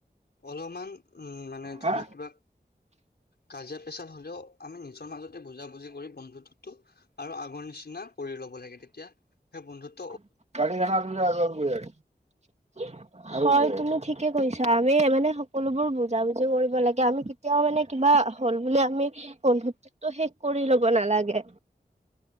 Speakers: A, on the left; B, on the right.
A: অলপমান উম মানে ধৰা
B: হা
A: কিবা কাজিয়া পেচাল হ'লেও। আমি নিজৰ মাজতে বুজাবুজি কৰি বন্ধুতটো আৰু আগৰ নিচিনা কৰি ল'ব লাগে তেতিয়া সেই বন্ধুত
B: <unintelligible> হয়, তুমি ঠিকে কৈছ আমি মানে সকলোবোৰ বুজা বুজি কৰিব লাগে আমি কেতিয়াও মানে কিবা হ'ল বুলি আমি টো শেষ কৰি ল'ব নালাগে